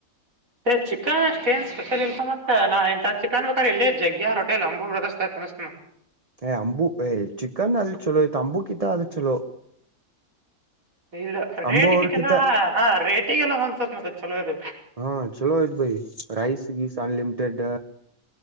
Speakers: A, on the right (about 65°); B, on the right (about 25°).
A: ಸ ಚಿಕನ್ ಅಷ್ಟ ಏನ್ ಸ್ಪೆಷಲ್ ಇಲ ತಮ್ಮ ನಾ ಇ ಚಿಕನ್ ಬೇಕಾದ ಇಲ್ಲಿ ಜಗ್ಗ್ಯಾರ್ ರ ಹೊಟೆ ಅಂಬು ಬ್ರದರ್ಸ್ ತಿನಸ್ತನ
B: ಏ ಅಂಬು ಏ ಚಿಕನ್ ಅಲ್ಲಿ ಚಲೋ ಇತ ಅಂಬು ಕಿತ ಅದು ಚಲೋ
A: ಇಲ್ಲ ರೇಟಗಿಟೆಲ್ಲಾ
B: ಅಂಬು ಅವ್ರಕಿತ
A: ಹಾ ರೇಟಿಗೆಲ್ಲ ಒಂದ್ಸತ್ ಮತ್ತ ಚಲೋ ಅದು
B: ಹಾ ಚಲೋ ಭೈ ರೈಸ್ ಗೀಸ ಅನ್ಲಿಮಿಟೆಡ್